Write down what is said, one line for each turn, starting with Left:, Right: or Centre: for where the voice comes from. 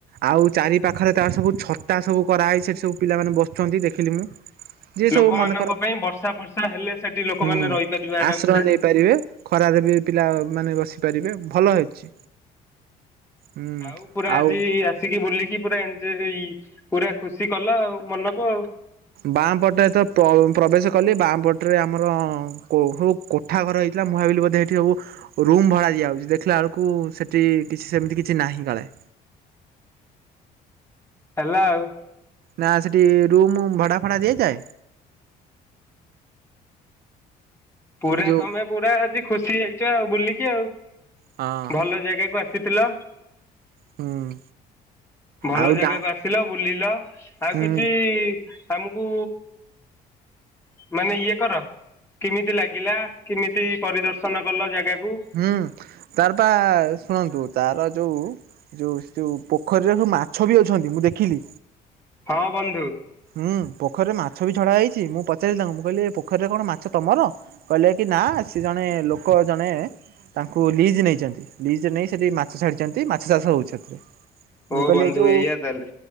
Right: ଆଉ ଚାରି ପାଖରେ ତାର ସବୁ ଛଟା ସବୁ କରାହୋଇ ସେଠି ସବୁ ପିଲାମାନେ ବସୁଛନ୍ତି ଦେଖିଲି ମୁଁ। ଯିଏ
Left: ଲୋକମାନଙ୍କ
Right: ସବୁ ମନେକର,
Left: ପାଇଁ ବର୍ଷା ଫର୍ଷା ହେଲେ ସେଠି ଲୋକମାନେ
Right: ହୁଁ
Left: ରହିପାରିବେ ଆରାମସେ
Right: ଆଶ୍ରୟ ନେଇପାରିବେ। ଖରାରେ ବି ପିଲାମାନେ ବସିପାରିବେ ଭଲ ହେଇଛି। ହୁଁ।
Left: ଆଉ ପୁରା
Right: ଆଉ
Left: ଆଜି ଆସିକି ବୁଲିକି ପୁରା ଏ ପୁରା ଖୁସି କଲ ଆଉ ମନକୁ ଆଉ।
Right: ବାଁପଟେ ତ ପ୍ରବେଶ କଲି ବାଁ ପଟରେ ଆମର ହଉ। କୋଠା ଘର ହେଇଥିଲା ମୁହାବିଲ ବୋଧେ ଏଇଠି ସବୁ ରୁମ୍ ଭଡ଼ା ଦିଆଯାଉଛି ଦେଖିଲା ବେଳକୁ ସେଠି କିଛି ସେମିତି କିଛି ନାହିଁ କାଳେ।
Left: ହେଲା ଆଉ।
Right: ନା ସେଠି ରୁମୁ ଭଡ଼ା ଫଡ଼ା ଦିଆଯାଏ?
Left: ପୁରା
Right: ଏ ଯୋଉ
Left: ତମେ ପୁରା ଆଜି ଖୁସି ହେଇଛ ଆଉ ବୁଲିକି ଆଉ।
Right: ହଁ
Left: ଭଲ ଜାଗାକୁ ଆସି ସିଥିଲ।
Right: ହୁଁ
Left: ଭଲ
Right: ଆଉ
Left: ଜାଗାକୁ
Right: ଡା
Left: ଆସିଲ, ବୁଲିଲ। ଆଉ
Right: ହୁଁ
Left: କିଛି ଆମକୁ ମାନେ ଇଏ କର। କେମିତି ଲାଗିଲା? କେମିତି ପରିଦର୍ଶନ କଲ ଜାଗାକୁ?
Right: ହୁଁ, ତାର ପା ଶୁଣନ୍ତୁ। ତାର ଯୋଉ ଯୋଉ ଯୋଉ ପୋଖରୀରେ ସବୁ ମାଛ ବି ଅଛନ୍ତି ମୁଁ ଦେଖିଲି।
Left: ହଁ ବନ୍ଧୁ।
Right: ହୁଁ ପୋଖରୀ ରେ ମାଛ ବି ଛଡା ହେଇଛି। ମୁଁ ପଚାରିଲି ତାଙ୍କୁ। ମୁଁ କହିଲି ଏ ପୋଖରୀରେ କଣ ମାଛ ତମର? କହିଲେ କି ନା ସେ ଜଣେ ଲୋକ ଜଣେ ତାଙ୍କୁ ଲିଜ୍ ନେଇଛନ୍ତି। ଲିଜରେ ନେଇ ସେଠି ମାଛ ଛାଡିଛନ୍ତି। ମାଛ ଚାଷ ହଉଛି ସେଥିରେ।
Left: ଓ
Right: ମୁଁ କହିଲି
Left: ବନ୍ଧୁ
Right: ଏ ଯୋଉ
Left: ଏଇଆ ତାହେଲେ